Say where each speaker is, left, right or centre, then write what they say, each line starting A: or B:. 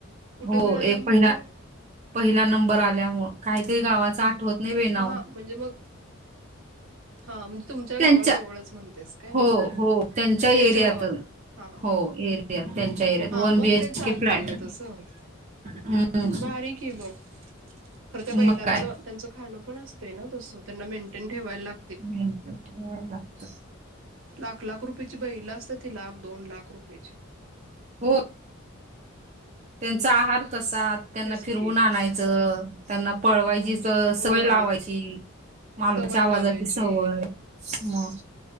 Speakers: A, on the right; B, on the right.
A: कुठं
B: हो
A: मिळाला
B: एक
A: मग
B: पहिला,
A: तो
B: पहिला नंबर आल्यामुळं काहीतरी गावाच आठवत नाही बई नाव.
A: हा म्हणजे मग हा म्हणजे तुमच्या
B: त्यांच्या
A: गावाजवळच म्हणतेस काय,
B: हो
A: म्हण
B: हो
A: त्यांच्या
B: एरियात
A: गावाजवळ हा, हा,
B: हो एरियात त्यांच्या एरियात
A: हा
B: वन
A: मग
B: बी एच
A: ते चालतय
B: के फ्लॅट
A: गं तसं.
B: हम्म
A: भारी की मग खरं त्या बैलाचं,
B: मग काय
A: त्यांचं खाणं पण असते ना तसं, त्यांना मेंटेन ठेवायला लाग
B: मेटंन ठेवाय लागतं.
A: लाख-लाख रुपयची बैलं असत्यात ती लाख, दोन लाख रुपयची.
B: हो त्यांचा आहार कसा त्यांना
A: तेच
B: फिरवून
A: की
B: आणायचं, त्यांना पळवायचीच
A: होय
B: सवय लावायची, मालकाच्या
A: सवय
B: आवाजाची
A: लावायची
B: सवय मग,